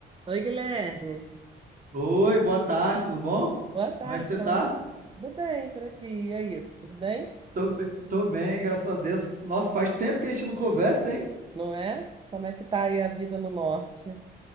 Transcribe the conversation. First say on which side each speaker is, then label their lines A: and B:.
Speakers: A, on the right; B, on the right.
A: Oi, Guilherme.
B: Oi, boa tarde, tudo bom?
A: Boa tarde,
B: Como é que você
A: como
B: tá?
A: é que... Tudo bem por aqui? E aí, tudo bem?
B: Tô bem, tô bem, graças a Deus. Nossa, faz tempo que a gente não conversa, hein?
A: Não é? Como é que tá aí a vida no norte?